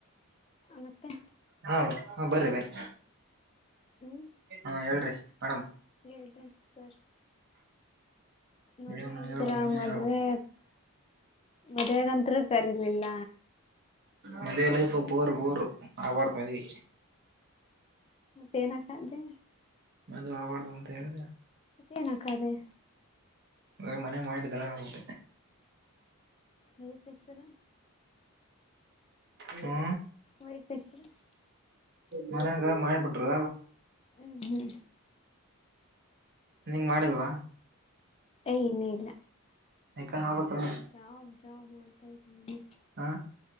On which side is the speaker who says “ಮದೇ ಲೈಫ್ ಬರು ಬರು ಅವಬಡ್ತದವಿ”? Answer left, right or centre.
Right